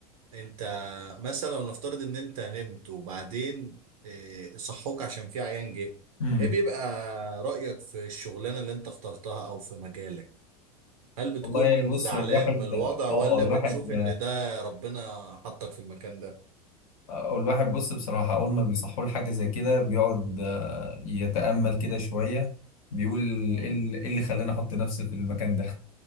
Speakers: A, on the right (about 65°); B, on the left (about 60°).
A: انت مثلا نفترض ان انت نمت وبعدين اه، صحوك عشان في عيان جه
B: مم.
A: ايه بيبقى رأيك في الشغلانة اللي انت اخترتها او في مجالك هل بتكون
B: والله بص
A: زعلان
B: الواحد
A: من الوضع
B: اه
A: ولا
B: الواحد
A: بتشوف ان ده ربنا حطك في المكان ده
B: والواحد بص بصراحة أول ما بيصحوا له حاجة زي كده بيقعد آه، يتأمل كده شوية بيقول
A: امم
B: إيه ال- إيه اللي خلاني أحط نفسي في المكان ده